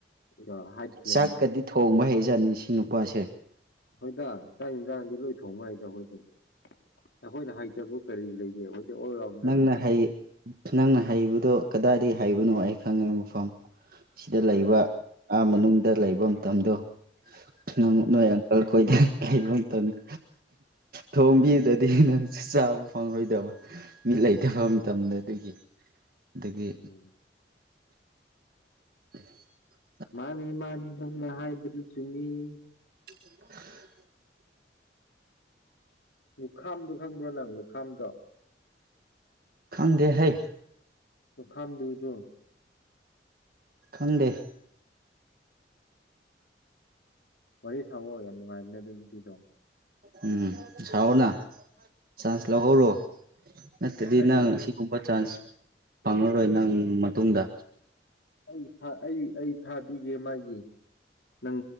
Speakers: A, on the left (about 80°); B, on the right (about 55°).
A: ꯑꯗꯣ ꯍꯥꯏꯠ ꯄ꯭ꯂꯦꯟꯗ
B: ꯆꯥꯛꯀꯗꯤ ꯊꯣꯡꯕ ꯍꯩꯖꯥꯠꯅꯤ ꯁꯤ ꯅꯨꯄꯥꯁꯦ
A: ꯍꯣꯏꯗ ꯆꯥꯛ ꯏꯟꯖꯥꯡꯗꯤ ꯂꯣꯏ ꯊꯣꯡꯕ ꯍꯩꯗ ꯑꯩꯈꯣꯏꯗꯤ ꯑꯩꯈꯣꯏꯅ ꯍꯩꯇꯕ ꯀꯔꯤ ꯂꯩꯒꯦ ꯑꯣꯜ ꯔꯥꯎꯟꯗꯔꯅꯤ
B: ꯅꯪꯅ
A: ꯀꯩꯅꯣ
B: ꯍꯩ ꯅꯪꯅ ꯍꯩꯕꯗꯣ ꯀꯗꯥꯏꯗꯩ ꯍꯩꯕꯅꯣ ꯑꯩ ꯈꯪꯉꯦ ꯃꯐꯝ ꯁꯤꯗ ꯂꯩꯕ
A: ꯍꯥꯏꯌꯣ
B: ꯑꯥ ꯃꯅꯨꯡꯗ ꯂꯩꯕ ꯃꯇꯝꯗꯣ ꯅꯪ ꯅꯣꯏ ꯀꯜ ꯈꯣꯏꯗ ꯂꯩꯕ ꯃꯇꯝꯗꯨ ꯊꯣꯡꯕꯤꯗꯗꯤ ꯅꯪꯁꯨ ꯆꯥꯕ ꯐꯪꯂꯣꯏꯗꯕ ꯃꯤ ꯂꯩꯇꯕ ꯃꯇꯝꯗ ꯑꯗꯨꯒꯤ ꯑꯗꯨꯒꯤ
A: ꯎꯝ
B: <inaudible>
A: ꯃꯥꯅꯤ ꯃꯥꯅꯤ ꯅꯪꯅ ꯍꯥꯏꯕꯗꯨ ꯆꯨꯝꯃꯤ
B: <unintelligible>
A: ꯂꯨꯛꯈꯝꯗꯣ ꯈꯪꯕ꯭ꯔꯣ ꯅꯪ ꯂꯨꯈꯝꯗꯣ
B: ꯈꯪꯗꯦ ꯍꯩ
A: ꯂꯨꯈꯝꯗꯨꯗꯣ
B: ꯈꯪꯗꯦ
A: ꯋꯥꯔꯤ ꯁꯥꯑꯣ ꯌꯥꯝ ꯅꯨꯡꯉꯥꯏꯕꯅꯦ ꯑꯗꯨ ꯅꯨꯄꯤꯗꯣ
B: ꯎꯝ ꯁꯥꯑꯣꯅ ꯆꯥꯟꯁ ꯂꯧꯍꯧꯔꯣ ꯅꯠꯇꯗꯤ
A: ꯑꯩ
B: ꯅꯪ ꯑꯁꯤꯒꯨꯝꯕ ꯆꯥꯟꯁ ꯐꯪꯉꯔꯣꯏ ꯅꯪ ꯃꯇꯨꯡꯗ
A: ꯑꯩ ꯈꯔ ꯑꯩ ꯑꯩ ꯊꯥꯕꯤꯒꯦ ꯃꯥꯒꯤ ꯅꯪ